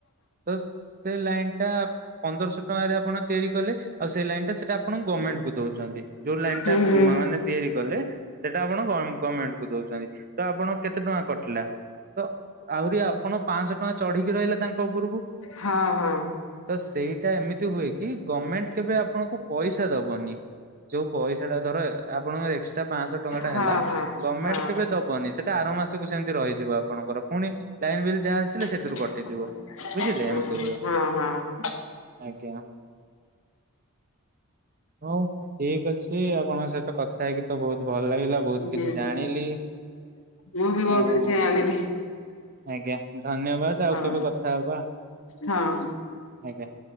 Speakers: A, on the right; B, on the left.
A: ତ ସେ ଲାଇନ ଟା ପନ୍ଦରଶହ ଟଙ୍କାରେ ଆପଣ ତିଆରି କଲେ ଆଉ ସେଇ ଲାଇନଟା ସେଟା ଆପଣ ଗମେଣ୍ଟକୁ ଦଉ ଦଉଛନ୍ତି ଯୋଉ ଲାଇନଟା
B: ହୁଁ ହୁଁ
A: ମାନେ ତିଆରି କଲେ ସେଟା ଆପଣ ଗ ଗମେଣ୍ଟକୁ ଦଉଛନ୍ତି। ତ ଆପଣ କେତେ ଟଙ୍କା କଟିଲା ତ ଆହୁରି ଆପଣ ପାଞ୍ଚଶହ ଟଙ୍କା ଚଢିକି ରହିଲା ତାଙ୍କ ତ ଉପରକୁ।
B: ହଁ ହଁ।
A: ତ ସେଇଟା ଏମିତି ହୁଏ କି ଗମେଣ୍ଟ କେବେ ଆପଣଙ୍କୁ ପଇସା ଦବନି। ଯୋଉ ପଇସା ଟା ଧର ଏ ଆପଣଙ୍କର ଏକ୍ସଟ୍ରା ପାଞ୍ଚଶହ ଟଙ୍କା ଟା
B: ହଁ
A: ହେଲା।
B: ହଁ
A: ଗମେଣ୍ଟ
B: ହଁ ହଁ
A: କେବେ ଦବନି ସେଟା ଆର ମାସକୁ ସେମିତି ରହିଯିବ ଆପଣଙ୍କର ପୁଣି ଲାଇନ ବିଲ୍ ଯାହା ଆସିଲେ
B: ହଁ
A: ସେଥିରୁ କଟିଯିବ
B: ହଁ
A: ବୁଝିଲେ ଏମିତି ହୁଏ
B: ହଁ।
A: ଆଜ୍ଞା ହଉ ଠିକ ଅଛି। ଛି ଆପଣଙ୍କ ସହିତ କଥା ହେଇକି ତ ବହୁତ ଭଲ ଲାଗିଲା ବହୁତ
B: ହୁଁ
A: କିଛି ଜାଣିଲି।
B: ମୁଁ ବି ବହୁତ
A: ଆଉ
B: କିଛି ଜାଣିଲି।
A: ଆଜ୍ଞା ଧନ୍ୟବାଦ ଆଉ
B: ହଁ
A: କେବେ କଥା ହବା
B: ହଁ
A: ଆଜ୍ଞା।